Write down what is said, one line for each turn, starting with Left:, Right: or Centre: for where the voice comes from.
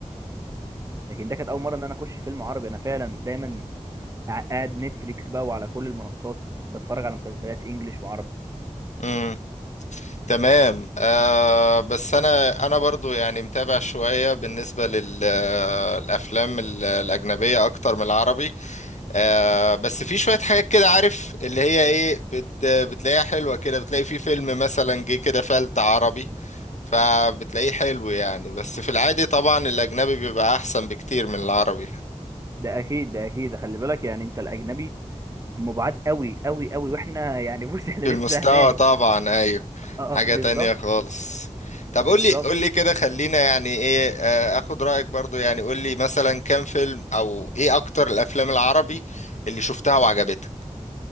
Right: لكن ده كانت اول مره ان انا اخش فيلم عربي انا فعلا دايما قاعد نتفليكس بقى وعلى كل المنصات بتفرج على مسلسلات انجليش وعربي
Left: مم. تمام آه بس انا انا برضو يعني متابع شوية بالنسبة للافلام الاجنبية اكتر من العربي آه بس في شوية حاجات كده عارف اللي هي ايه بت بتلاقيها حلوة كده بتلاقي في فيلم مثلا جه كده فلت عربي فبتلاقيه حلو يعني بس في العادي طبعا الاجنبي بيبقى احسن بكتير من العربي
Right: ده اكيد ده اكيد خلي بالك يعني انت الاجنبي هم بعاد قوي قوي قوي واحنا يعني <laughs> بص احنا
Left: في
Right: لسه
Left: المستوى
Right: هناك
Left: طبعا ايوه
Right: اه آه،
Left: حاجة
Right: بالظبط
Left: تانية خالص طب
Right: بالظبط
Left: قول لي قول لي كده خلينا يعني ايه آه، اخد رأيك برضو يعني قول لي مثلا كام فيلم او ايه اكتر الافلام العربي اللي شفتها وعجبتك